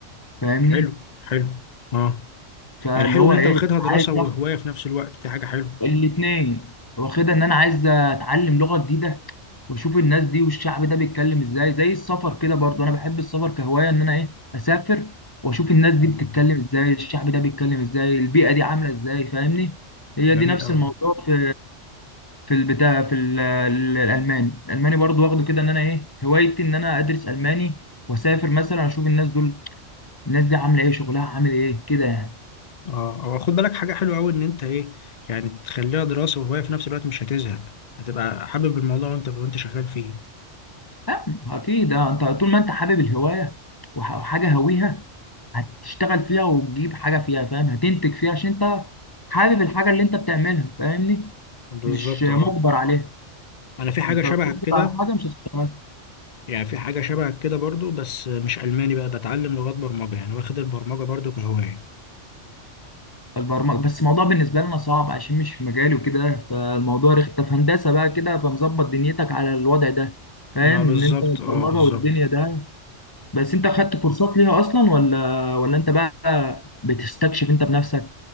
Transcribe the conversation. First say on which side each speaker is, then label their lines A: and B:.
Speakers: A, on the left; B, on the left.
A: فاهمني
B: حلو حلو اه
A: فاللي
B: يعني حلو
A: هو
B: ان انت
A: ايه
B: واخدها دراسة
A: عايز
B: وهواية
A: اخد
B: في نفس الوقت دي حاجة حلوة
A: الاثنين واخدها ان انا عايز اتعلم لغه جديده واشوف الناس دي والشعب ده بيتكلم ازاي زي السفر كده برضو انا بحب السفر كهوايه ان انا ايه اسافر واشوف الناس دي
B: آه،
A: بتتكلم ازاي الشعب ده بيتكلم ازاي البيئه دي عامله ازاي فاهمني هي
B: جميل
A: دي نفس
B: قوي
A: الموضوع في في البتاع في ال- ال- الالماني الالماني برضو واخده كده ان انا ايه هوايتي ان انا ادرس الماني واسافر مثلا اشوف الناس دول الناس دي عامله ايه شغلها عامل ايه كده يعني
B: اه او خد بالك حاجة حلوة قوي ان انت ايه يعني تخليها دراسة وهواية في نفس الوقت مش هتزهق هتبقى حابب الموضوع وانت وانت شغال فيه
A: أم، اكيد آه، انت طول ما انت حابب الهوايه وح- وحاجه هويها هتشتغل فيها وتجيب حاجه فيها فاهم هتنتج فيها عشان انت حابب الحاجه اللي انت بتعملها فاهمني
B: بالظبط
A: مش مجبر
B: اه
A: عليها
B: انا في حاجة
A: انت
B: شبهك
A: لو مجبر
B: كده
A: على حاجه مش هتشتغل
B: يعني في حاجة شبه كده برضو بس مش ألماني بقى بتعلم لغات برمجة يعني واخد البرمجة برضو كهواية
A: البرمجه بس الموضوع بالنسبه لنا صعب عشان مش في مجالي وكده فالموضوع رخ انت في هندسه بقى كده فمظبط دنيتك على الوضع ده فاهم
B: ما
A: ان
B: بالظبط
A: انت البرمجه
B: اه بالظبط
A: والدنيا ده بس انت خدت كورسات ليها اصلا ولا ولا انت بقى بتستكشف انت بنفسك